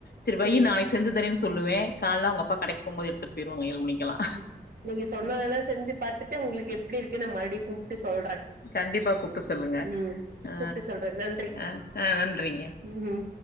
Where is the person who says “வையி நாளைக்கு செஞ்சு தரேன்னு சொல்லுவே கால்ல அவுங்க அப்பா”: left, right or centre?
Left